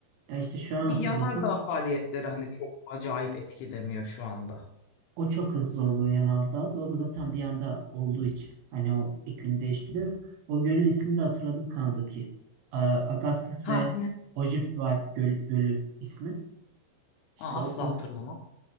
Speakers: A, on the right; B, on the left.
A: ya işte şu an
B: bir
A: hatırladım.
B: yanardağ faaliyetleri hani çok acayip etkilemiyor şu anda.
A: O çok hızlı oluyor yanardağda. O da zaten bir anda olduğu için hani o iklim değiştiriyor. O gölün ismini de hatırladım Kanada'daki. A- Agassiz
B: Ha
A: ve Ojibwa göl, Gölü ismi. İşte
B: Aa, asla
A: o, o,
B: hatırlamam.